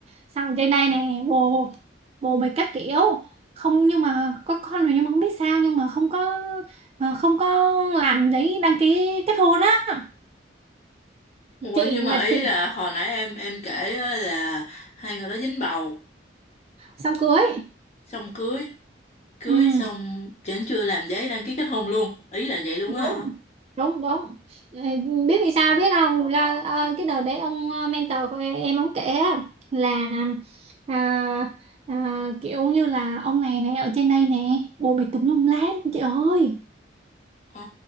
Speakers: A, on the right (about 30°); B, on the left (about 35°).
A: xong trên đây nè bồ bồ bịch các kiểu không nhưng mà có con rồi nhưng mà không biết sao nhưng mà không có ờ, không có làm giấy đăng ký kết hôn á
B: Ủa
A: chị
B: nhưng
A: mà
B: mà ý
A: chị
B: là hồi nãy em em kể á là hai người đó dính bầu,
A: xong cưới
B: xong cưới, cưới
A: ừ
B: xong vẫn chưa làm giấy đăng ký kết hôn luôn. Ý là vậy luôn
A: đúng
B: á hả?
A: đúng đúng Ờ, biết vì sao
B: Ờ.
A: biết không Ra- ờ, cái đợt đấy ông ờ, mentor của em ông kể á, là à, à, kiểu như là ông này này ở trên đây nè bồ bịch tùm lum lhết chị ơi
B: Ồ,